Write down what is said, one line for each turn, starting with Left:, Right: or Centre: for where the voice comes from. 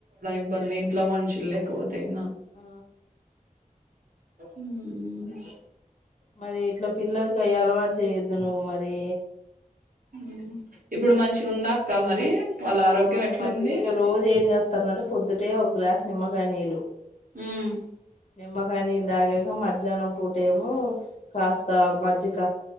Right: ఇబ్బందే ఇంట్లో మనుషులు లేకపోతే ఇంకా
Left: ఆ
Right: మ్మ్
Left: మరి ఇట్లా పిల్లోల్లకి అయి అలవాటు చేయొద్దు నువ్వు మరి
Right: మ్మ్ ఇప్పుడు మంచిగా ఉందా అక్క మరి వాళ్ళ ఆరోగ్యం
Left: ఆ
Right: ఎట్లుంది
Left: మంచిగా ఇక రోజు ఏం చేత్తన్నాడు పొద్దుటే ఒక గ్లాస్ నిమ్మకాయ నీళ్ళు.
Right: ఉమ్
Left: నిమ్మకాయ నీళ్లు తాగాక మధ్యాహ్నం పూటేమో కాస్త మజ్జిక